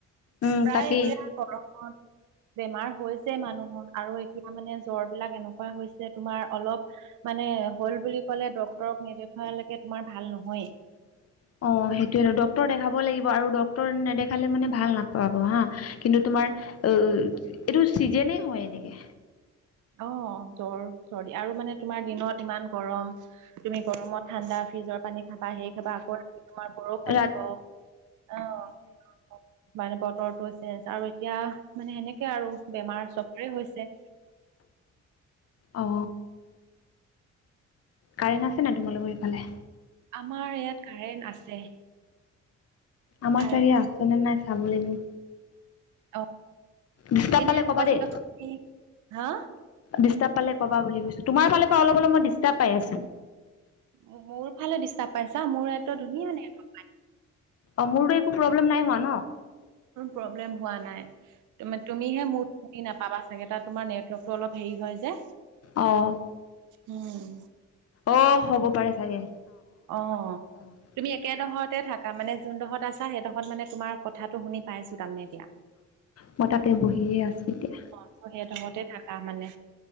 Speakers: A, on the left; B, on the right.
A: উম,
B: প্ৰায়
A: তাকেই
B: এতিয়া গৰমত বেমাৰ হৈছে মানুহৰ আৰু এ এতিয়া মানে জ্বৰ বিলাক এনেকুৱা হৈছে, তোমাৰ অলপ মানে হ'ল বুলি ক'লে ডক্তৰক নেদেখুৱালৈকে তোমাৰ ভাল নহয়ে।
A: <inaudible> অ', সেইটোয়েটো ডক্টৰক দেখাব লাগিব আৰু ডক্টৰক নেদেখালে মানে ভাল নাপাব হা। কিন্তু তোমাৰ, ও এইটো চিজেনেই হয় এনেকে।
B: অ' জ্বৰ, চৰ্দি আৰু মানে তোমাৰ দিনত ইমান গৰম, তুমি গৰমত ঠাণ্ডা ফ্ৰিজৰ পানী, খাবা সেই খাবা আকৌ ৰা তোমাৰ বৰষুণ
A: ৰাত
B: দিব। অ' মানে বতৰটো চেঞ্চ আৰু এতিয়া মানে সেনেকে আৰু বেমাৰ চবৰে হৈছে।
A: অ কাৰেণ্ট আছে নাই তোমালোকৰ সেইফালে?
B: আমাৰ ইয়াত কাৰেণ্ট আছে।
A: আমাৰ
B: কাৰেণ্ট
A: চাইদে আছেনে নাই চাব লাগিব।
B: অ
A: ডিষ্টাৰ্ব
B: এনে
A: পালে ক'বা
B: গছ
A: দেই।
B: গছনি হা
A: ডিষ্টাৰ্ব পালে কবা বুলি কৈছোঁ। তোমাৰ ফালৰ পৰা অলপ অলপ মই ডিষ্টাৰ্ব পাই আছোঁ।
B: মো-মোৰ ফালে ডিষ্টাবছা? মোৰ ইয়াত টো ধুনীয়া নেটৱৰ্ক।
A: অ', মোৰতো একো প্ৰব্লেম নাই হোৱা ন'?
B: প্ৰব্লেম হোৱা নাই তুমি তুমিহে মোৰ বুজি নাপাবা চাগে তাত তোমাৰ নেটৱৰ্কটো অলপ হেৰি হয় যে।
A: অ'।
B: উম।
A: অ' হ'ব পাৰে চাগে।
B: অ'।
A: <unintelligible>
B: তুমি একেডোখৰতে থাকা, মানে যোনডোখৰত আছা সেইডোখৰত মানে তোমাৰ কথাটো শুনি পাইছোঁ তাৰমানে এতিয়া।
A: মই তাতে বহিয়ে আছোঁ এতিয়া।
B: অ', সিহঁতৰ ঘৰতে থাকা মানে,